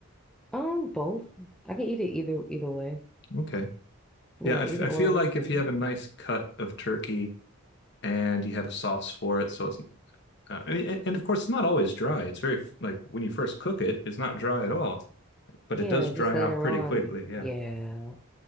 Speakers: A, in the centre; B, on the left.
A: Um, both. I can eat it either either way.
B: Okay.
A: Yeah,
B: Yeah, I, f
A: either
B: I
A: or
B: feel
A: works
B: like
A: for
B: if
A: me.
B: you have a nice cut of turkey and you have a sauce for it, so it's uh, I mean, a- and of course it's not always dry. It's very like when you first cook it, it's not dry at all, but
A: Yeah,
B: it does
A: just
B: dry
A: later
B: out pretty
A: on.
B: quickly. Yeah.
A: Yeah,